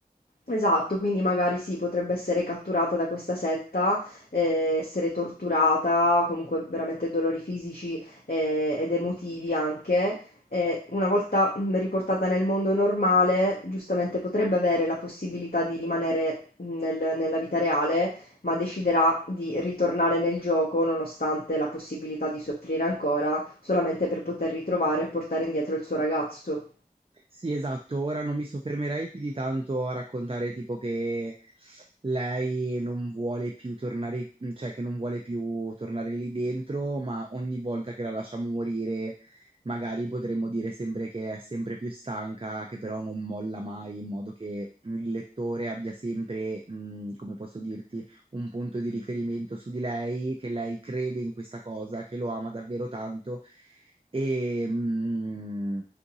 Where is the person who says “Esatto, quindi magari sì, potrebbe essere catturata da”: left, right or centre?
Left